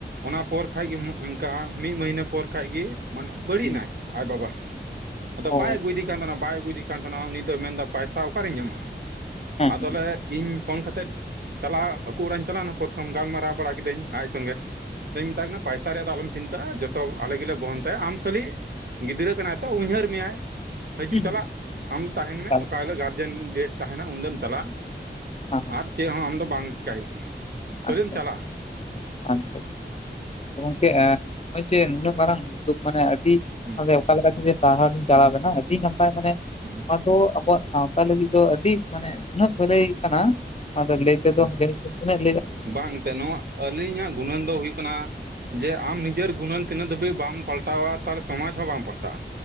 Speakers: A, on the right; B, on the left.
A: ᱚᱱᱟ ᱯᱚᱨ ᱠᱷᱟᱡ ᱜᱮ ᱚᱱᱠᱟ ᱢᱤᱫ ᱢᱟᱹᱦᱱᱟᱹ ᱯᱚᱨ ᱠᱷᱟᱡ ᱜᱮ ᱢᱟᱱᱮ ᱵᱟᱹᱲᱤᱡ
B: ᱦᱮᱸ
A: ᱮᱱᱟᱭ ᱟᱡ ᱵᱟᱵᱟ ᱟᱫᱚ
B: ᱚ
A: ᱵᱟᱭ ᱟᱹᱜᱩ ᱤᱫᱤ ᱛᱟᱦᱮᱱᱟ ᱵᱟᱭ ᱟᱹᱜᱩᱭᱮᱫᱮ ᱠᱟᱱ ᱛᱟᱦᱮᱱᱟ ᱩᱱᱤ ᱫᱚᱭ ᱢᱮᱱᱫᱟ ᱯᱟᱭᱥᱟ ᱚᱠᱟᱨᱮᱧ ᱧᱟᱢᱟ
B: ᱦᱮᱸ
A: ᱟᱫᱚᱞᱮ ᱤᱧ ᱯᱷᱳᱱ ᱠᱟᱛᱮᱫ ᱪᱟᱞᱟᱜ ᱟᱠᱚ ᱚᱲᱟᱜ ᱤᱧ ᱪᱟᱞᱟᱣᱱᱟ ᱯᱨᱚᱛᱷᱚᱢ ᱜᱟᱞᱢᱟᱨᱟᱣ ᱵᱟᱲᱟ ᱠᱤᱫᱟᱹᱧ ᱟᱡ ᱥᱚᱸᱜᱮ ᱟᱫᱚᱧ ᱢᱮᱛᱟᱭ ᱠᱟᱱᱟ ᱯᱟᱭᱥᱟ ᱨᱮᱭᱟᱜ ᱫᱚ ᱟᱞᱚᱢ ᱪᱤᱱᱛᱟᱹᱜᱼᱟ ᱡᱚᱛᱚ ᱟᱞᱮ ᱜᱮᱞᱮ ᱵᱚᱦᱚᱱ ᱛᱟᱭᱟ ᱟᱢ ᱠᱷᱟᱹᱞᱤ ᱜᱤᱫᱽᱨᱟᱹ ᱠᱟᱱᱟᱭ ᱛᱚ ᱩᱭᱦᱟᱹᱨ ᱢᱮᱭᱟᱭ ᱦᱟᱡᱩᱜ
B: ᱦᱮᱸ
A: ᱪᱟᱞᱟᱜ ᱟᱢ ᱫᱚ ᱛᱟᱦᱮᱱ
B: ᱮᱠᱟᱞ
A: ᱢᱮ ᱚᱠᱟ ᱦᱤᱞᱳᱜ ᱜᱟᱨᱡᱮᱱ ᱰᱮᱴ ᱛᱟᱦᱮᱱᱟ ᱩᱱᱦᱤᱞᱳᱜ ᱮᱢ ᱪᱟᱞᱟᱜᱼᱟ
B: ᱦᱮᱸ ᱦᱮᱸ
A: ᱟᱨ ᱪᱮᱫ ᱦᱚᱸ ᱟᱢ ᱫᱚ ᱵᱟᱝ ᱪᱮᱠᱟᱹᱭ ᱦᱩᱭᱩᱜ ᱛᱟᱢᱟ᱾ ᱠᱷᱟᱹᱞᱤᱢ
B: ᱟᱪᱪᱷᱟ
A: ᱪᱟᱞᱟᱜᱼᱟ
B: ᱟᱪᱪᱷᱟ᱾ ᱟᱪᱪᱷᱟ ᱟᱪᱷᱟ ᱜᱚᱝᱠᱮ ᱱᱚᱜ-ᱚᱭ ᱡᱮ ᱱᱩᱱᱟᱹᱜ ᱢᱟᱨᱟᱝ ᱫᱩᱜᱽ ᱢᱟᱱᱮ ᱟᱹᱰᱤ
A: ᱦᱩᱸ
B: ᱚᱠᱟ ᱞᱮᱠᱟ ᱛᱮ ᱪᱚ ᱥᱟᱨᱦᱟᱣ ᱞᱤᱱᱜ ᱪᱟᱞᱞᱟᱵᱮᱱᱟ ᱟᱹᱰᱤ ᱱᱟᱯᱟᱭ ᱢᱟᱱᱮ-
A: ᱦᱩᱸ
B: ᱱᱚᱣᱟ ᱠᱚ ᱟᱵᱚᱣᱟᱜ ᱥᱟᱶᱛᱟ ᱞᱟᱹᱜᱤᱫ ᱫᱚ ᱟᱹᱰᱤ ᱢᱟᱱᱮ ᱱᱩᱱᱟᱹᱜ ᱵᱷᱟᱹᱞᱟᱹᱭ ᱠᱟᱱᱟ ᱟᱫᱚ ᱞᱟᱹᱭ ᱛᱮ ᱫᱚ
A: ᱦᱩᱸ
B: ᱞᱟᱹᱭ ᱠᱮᱵᱚᱜ <unintelligible>
A: ᱵᱟᱝ ᱛᱮ ᱱᱚᱣᱟ ᱟᱹᱞᱤᱧᱟᱜ ᱜᱩᱱᱟᱹᱱ ᱫᱚ ᱦᱩᱭᱩᱜ ᱠᱟᱱᱟ ᱡᱮ ᱟᱢ ᱱᱤᱡᱮᱨ ᱜᱩᱱᱟᱹᱱ ᱛᱤᱱᱟᱹᱜ ᱫᱷᱟᱹᱵᱤᱡ ᱵᱟᱢ ᱯᱟᱞᱴᱟᱣᱟ ᱛᱟᱦᱚᱞᱮ ᱥᱚᱢᱟᱡᱽ ᱦᱚᱸ ᱵᱟᱢ ᱯᱟᱞᱴᱟᱜᱼᱟ᱾